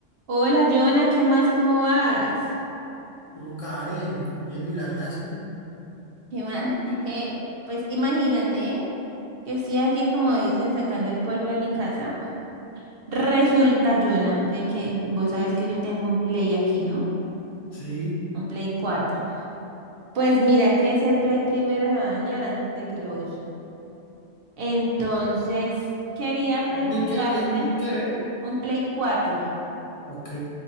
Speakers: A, on the right; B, on the left.
A: Hola, Jonah, ¿qué más? ¿Cómo vas?
B: Yo, Karen, bien, milagrazo.
A: ¿Qué más? <laughs> Pues imagínate que estoy aquí, como dicen, sacando el polvo de mi casa. Resulta, Jonah, de que vos sabes que yo tengo un Play aquí, ¿no?
B: Sí.
A: Un Play 4. Pues mira que ese Play primero se va a dañar antes de que lo use. Entonces, quería preguntarte,
B: ¿Un Play que, ¿es un Play que ve?
A: un Play 4.
B: Ok.